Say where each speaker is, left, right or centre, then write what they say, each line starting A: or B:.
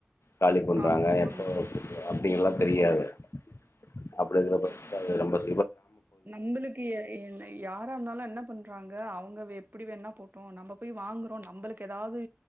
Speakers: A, on the left (about 75°); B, on the right (about 45°).
A: காலி பண்றாங்க
B: ஆமா
A: எப்போ
B: ஆமாங்க
A: <inaudible> அப்டிங்கல்லா தெரியாது <unintelligible> ரொம்ப ஸ்
B: நம்மளுக்கு எ என்ன யாரா இருந்தாலு என்ன பண்றாங்க அவங்க எப்படி வேண்ணா போட்டோ நம்ம போய் வாங்கறோ நம்பளுக்கு எதாது